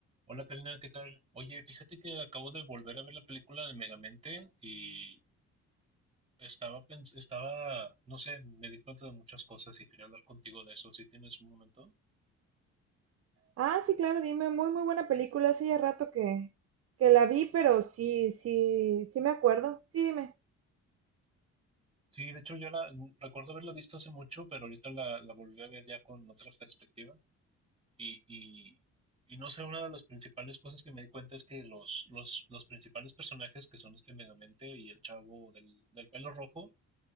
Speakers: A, on the right; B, on the right.
A: Hola Karina, ¿qué tal? Oye, fíjate que acabo de volver a ver la película de Megamente y estaba pens- estaba, no sé, me di cuenta de muchas cosas y quería hablar contigo de eso, si tienes un momento.
B: Ah, sí, claro, dime, muy, muy buena película. Hace ya rato que, que la vi, pero sí, sí, sí me acuerdo. Sí, dime.
A: Sí, de hecho yo la n- recuerdo haberla visto hace mucho, pero ahorita la, la volví a ver ya con otra perspectiva. Y, y, y no sé, una de las principales cosas que me di cuenta es que los, los, los principales personajes que son este Megamente y el chavo del, del pelo rojo,